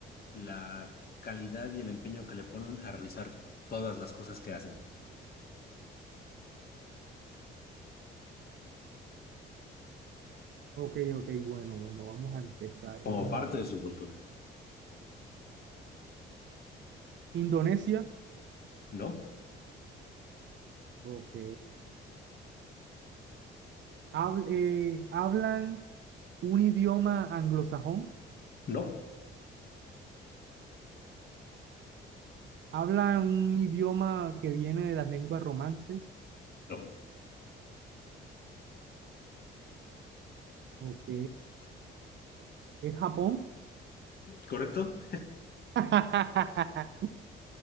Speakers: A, on the left; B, on the right.
A: la calidad y el empeño que le ponen a realizar todas las cosas que hacen
B: ok, ok, bueno, bueno, vamos a empezar.
A: como
B: Vamos
A: parte
B: a... empezar.
A: de su cultura.
B: Indonesia,
A: ¿No?
B: ok. Habl- eh, hablan un idioma anglosajón.
A: No,
B: Habla un idioma que viene de las lenguas romances.
A: no.
B: Ok. ¿Es Japón?
A: ¿Correcto?
B: <laughs>